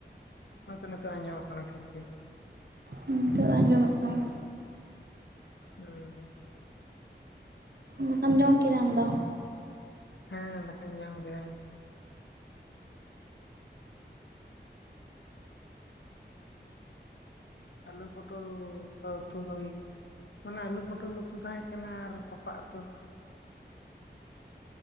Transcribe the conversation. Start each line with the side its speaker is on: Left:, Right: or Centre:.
Left: ᱦᱚᱛᱮ ᱱᱚᱛᱮ ᱟᱸᱡᱚᱢᱚᱜ ᱠᱟᱱᱟ ᱴᱷᱤᱠ ᱜᱮ
Right: ᱦᱩᱸ ᱱᱤᱛᱚᱜ ᱟᱸᱡᱚᱢᱚᱜ ᱠᱟᱱᱟ
Left: ᱦᱩᱸ
Right: ᱫᱟᱠᱟᱢ ᱡᱚᱢ ᱠᱮᱫᱟ ᱟᱢᱫᱚ
Left: ᱦᱮᱸ ᱫᱟᱠᱟᱧ ᱡᱚᱢ ᱠᱮᱫᱟᱜ ᱾ ᱟᱞᱩ ᱯᱚᱴᱚᱞ ᱩᱛᱩ ᱦᱩᱭ ᱢᱟᱱᱮ ᱟᱞᱩ ᱯᱚᱴᱚᱞ ᱩᱛᱩ ᱛᱟᱦᱮᱸ ᱠᱟᱱᱟ ᱟᱨ ᱯᱟᱯᱟᱜ ᱩᱛᱩ᱾